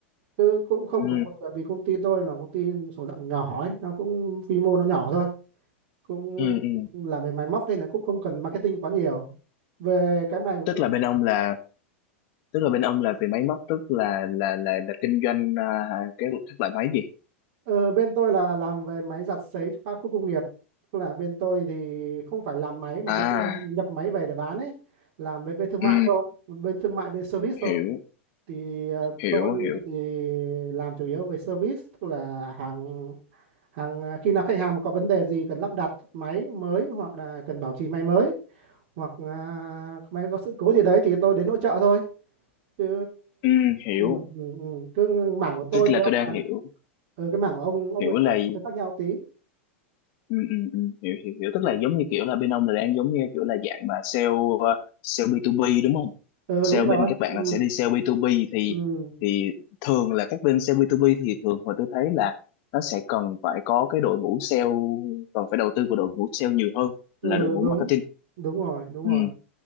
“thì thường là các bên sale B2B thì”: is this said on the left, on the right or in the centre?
Left